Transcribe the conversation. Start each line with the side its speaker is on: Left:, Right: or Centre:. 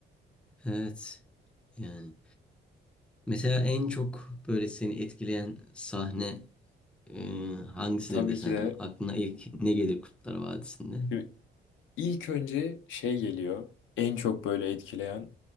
Centre: evet. Yani. Mesela en çok böyle seni etkileyen sahne e, hangisidir
Left: Tabii
Centre: desem,
Left: ki de
Centre: aklına ilk ne gelir Kurtlar Vadisi'nde?
Left: şimdi ilk önce şey geliyor. En çok böyle etkileyen